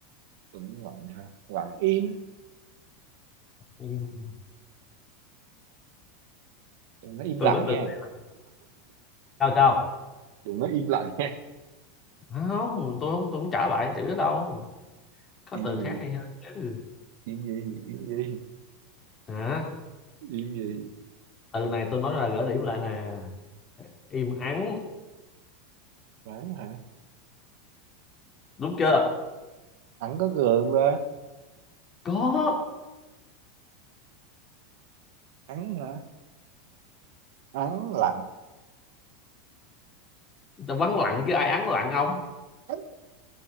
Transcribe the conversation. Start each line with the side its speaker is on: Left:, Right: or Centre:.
Right: tĩnh lặng hả? Lặng im.
Left: im.
Right: Nó im
Left: tôi
Right: lặng
Left: nói
Right: nha.
Left: từ này sao sao
Right: đừng nói im lặng nha <laughs>
Left: không tôi không tôi không trả lại chữ đó đâu có
Right: im
Left: từ
Right: gì
Left: khác hay hơn chứ
Right: im gì im gì
Left: hả
Right: im gì
Left: từ này tôi nói là gỡ điểm lại nè im ắng
Right: ắng hả
Left: đúng chưa
Right: ắng có gượng ra
Left: có
Right: ắng hả ắng lặng
Left: tôi vắng lặng chứ ai ắng lặng ông
Right: ắng